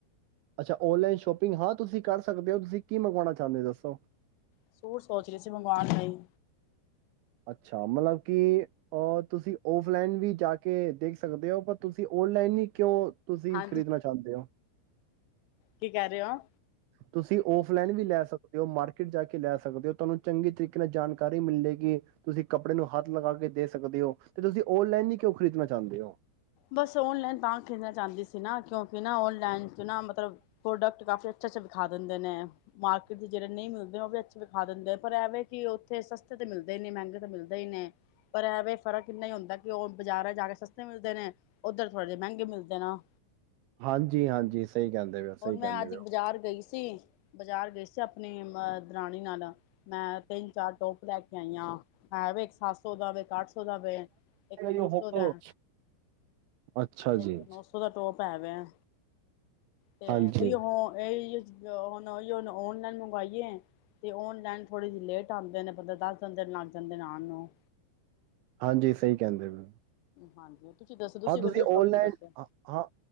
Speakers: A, on the right; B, on the left.
A: ਅੱਛਾ, ਓਨਲਾਈਨ ਸ਼ੋਪਿੰਗ ਹਾਂ ਤੁਸੀਂ ਕਰ ਸਕਦੇ ਹੋ ਤੁਸੀਂ ਕੀ ਮੰਗਵਾਉਣਾ ਚਾਹੁੰਦੇ ਹੋ ਦੱਸੋ?
B: ਸੂਟ ਸੋਚ ਰਹੀ ਸੀ ਮੰਗਵਾਉਣ ਲਈ।
A: ਅੱਛਾ, ਮਤਲਬ ਕਿ ਅ ਤੁਸੀਂ ਔਫਲਾਈਨ ਵੀ ਜਾ ਕੇ ਦੇਖ ਸਕਦੇ ਹੋ ਪਰ ਤੁਸੀਂ ਔਨਲਾਈਨ ਹੀ ਕਿਉਂ ਤੁਸੀਂ
B: ਹਾਂਜੀ
A: ਖ਼ਰੀਦਣਾ ਚਾਹੁੰਦੇ ਹੋ।
B: ਕੀ ਕਹਿ ਰਹੇ ਹੋ?
A: ਤੁਸੀਂ ਔਫਲਾਈਨ ਵੀ ਲੈ ਸਕਦੇ। ਤੇ ਉਹ ਮਾਰਕੀਟ ਜਾ ਕੇ ਲੈ ਸਕਦੇ ਹੋ ਤੁਹਾਨੂੰ ਚੰਗੀ ਤਰੀਕੇ ਨਾਲ ਜਾਣਕਾਰੀ ਮਿਲੇਗੀ ਤੁਸੀਂ ਕੱਪੜੇ ਨੂੰ ਹੱਥ ਲਗਾ ਕੇ ਦੇ ਸਕਦੇ ਹੋ ਤੇ ਤੁਸੀਂ ਓਨਲਾਈਨ ਹੀ ਕਿਉਂ ਖਰੀਦਣਾ ਚਾਹੁੰਦੇ ਹੋ।
B: ਬਸ ਓਨਲਾਈਨ ਤਾਂ ਖਰੀਦਣਾ ਚਾਹੁੰਦੀ ਸੀ ਨਾ ਕਿਉਂਕਿ ਨਾ ਓਨਲਾਈਨ ਚ ਨਾ ਮਤਲਬ ਪ੍ਰੋਡਕਟ ਕਾਫੀ ਅੱਛਾ-ਅੱਛਾ ਵਿਖਾ ਦਿੰਦੇ ਨੇ ਮਾਰਕੀਟ ਦੇ ਜਿਹੜੇ ਨਹੀਂ ਮਿਲਦੇ ਉਹ ਵੀ ਅੱਛੇ ਵਿਖਾ ਦਿੰਦੇ ਪਰ ਐਵੇ ਕਿ ਉੱਥੇ ਸਸਤੇ ਤੇ ਮਿਲਦੇ ਹੀ ਨੇ ਮਹਿੰਗੇ ਤਾਂ ਮਿਲਦੇ ਹੀ ਨੇ ਪਰ ਐਵੇਂ ਫ਼ਰਕ ਇੰਨਾ ਹੀ ਹੁੰਦਾ ਕਿ ਉਹ ਬਾਜ਼ਾਰਾਂ ਜਾ ਕੇ ਸਸਤੇ ਮਿਲਦੇ ਨੇ। ਉੱਧਰ ਥੋੜੇ ਜਿਹੇ ਮਹਿੰਗੇ ਮਿਲਦੇ ਨਾ।
A: ਹਾਂਜੀ, ਹਾਂਜੀ ਸਹੀ ਕਹਿੰਦੇ ਪਓ, ਸਹੀ
B: ਔਰ
A: ਕਹਿੰਦੇ
B: ਮੈਂ ਅੱਜ
A: ਪਓ।
B: ਬਾਜ਼ਾਰ ਗਈ ਸੀ ਬਾਜ਼ਾਰ ਗਏ ਸੀ ਆਪਣੀ ਅ, ਦਰਾਣੀ ਨਾਲ। ਮੈਂ ਤਿੰਨ ਚਾਰ ਟੋਪ ਲੈ ਕੇ ਆਈ ਆ, ਹੈ ਵੀ ਇੱਕ ਸੱਤ ਸੌ ਦਾ ਵ, ਇੱਕ ਅੱਠ ਸੌ ਦਾ ਵ, ਇੱਕ ਨੌ
A: ਹੋ
B: ਸੌ ਦਾ।
A: ਅੱਛਾ
B: ਇੱਕ
A: ਜੀ
B: ਨੌ ਸੌ ਦਾ ਟੋਪ ਹੈ ਪ ਹ ਤੇ
A: ਹਾਂਜੀ
B: ਹੀ ਹ ਹੀ ਹੁਣ ਉਹੀਨ ਓਨਲਾਈਨ ਮੰਗਵਾਈਏ ਤੇ ਓਨਲਾਈਨ ਥੋੜੀ ਜਿਹੀ ਲੇਟ ਆਉਂਦੇ ਨੇ ਬੰ ਦੱਸ ਦ ਦਿਨ ਲੱਗ ਜਾਂਦੇ ਨੇ ਆਉਣ ਨੂੰ।
A: ਹਾਂਜੀ ਸਹੀ ਕਹਿੰਦੇ ਪਏ।
B: ਹਾਂਜੀ। ਤੁਸੀਂ ਦੱਸੋ
A: ਹਾਂ ਤੁਸੀਂ
B: ਕਦੋਂ ਸ਼ੋਪਿੰਗ
A: ਓਨਲਾਈਨ
B: ਕਰਦੇ ਹੋ
A: ਹਾਂ,